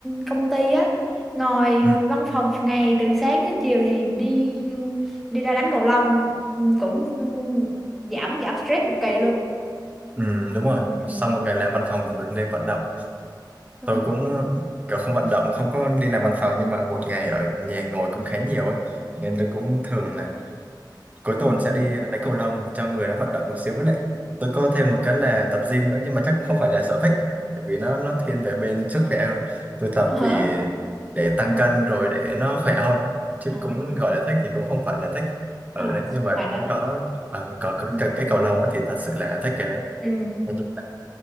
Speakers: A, in the centre; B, on the right (about 20°).
A: công ty á ngồi
B: ừ,
A: văn phòng một ngày từ sáng tới chiều thì đi đi ra đánh cầu lông ừ, cũng ừ, giảm giảm stress cực kỳ luôn
B: ừ, đúng rồi
A: ừ,
B: sau một ngày làm văn phòng thì mình nên vận động
A: đúng
B: tôi
A: rồi
B: cũng
A: đúng rồi
B: kiểu không vận động không có đi làm văn phòng nhưng mà một ngày ở nhà ngồi cũng khá nhiều ấy nên tôi cũng thường là cuối
A: ừ.
B: tuần sẽ đi đánh cầu lông cho người nó vận động một xíu với lại tôi có thêm một cái là tập gym nữa nhưng mà chắc cũng không phải là sở thích bởi vì nó nó thiên về bên sức khỏe hơn tôi tập
A: hả
B: vì để tăng
A: ừ.
B: cân rồi để nó khỏe hơn chứ
A: à,
B: cũng gọi là thích thì cũng không phải là thích ở
A: à,
B: đấy nhưng mà
A: hồi
B: cũng
A: đó
B: có ờ, có cái,
A: ừ.
B: cái, cái cầu lông á thì thật sự là thích cái đấy
A: Ừ.
B: Mà nhưng mà